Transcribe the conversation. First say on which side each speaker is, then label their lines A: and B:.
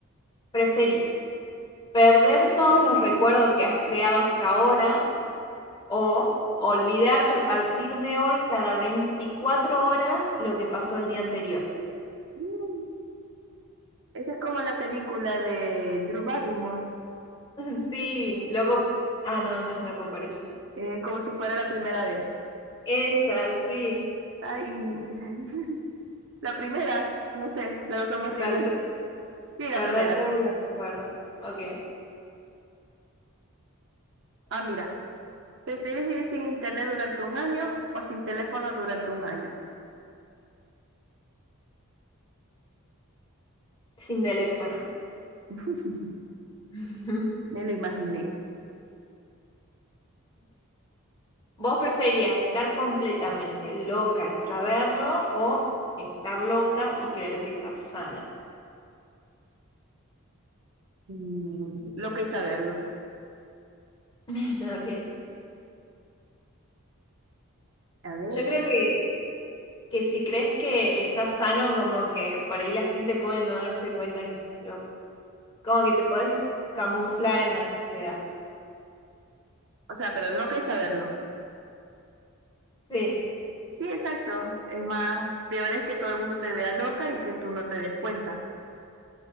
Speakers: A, on the left (about 20°); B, on the right (about 55°).
A: ¿Preferís perder todos los recuerdos que has creado hasta ahora O olvidarte a partir de hoy cada 24 horas lo que pasó el día anterior.
B: Mm, Esa es como la película de Drew Barrymore.
A: <laughs> Sí, loco. Ah, no, no es loco por eso.
B: eh, como si fuera la primera vez.
A: Esa, sí.
B: Ay, <laughs> la primera, no sé, las dos son horribles.
A: Perder,
B: Sí, la
A: perder
B: primera.
A: todos los recuerdos. Ok.
B: Ah, mira, ¿prefieres vivir sin internet durante un año o sin teléfono durante un año?
A: Sin teléfono.
B: <laughs>
A: <laughs>
B: Me lo imaginé.
A: ¿Vos preferirías estar completamente loca y saberlo o estar loca y creer que estás sana?
B: Mm, Loco y saberlo. <gasps>
A: <laughs> Ok.
B: A ver,
A: Yo creo
B: o
A: que, que si crees que estás sano, como que por ahí la gente puede no darse cuenta que estás loca. Como que te puedes camuflar en la sociedad.
B: sea, pero loca y saberlo.
A: Sí,
B: Sí, exacto. Es más, peor es que todo el mundo te vea loca y que tú no te des cuenta.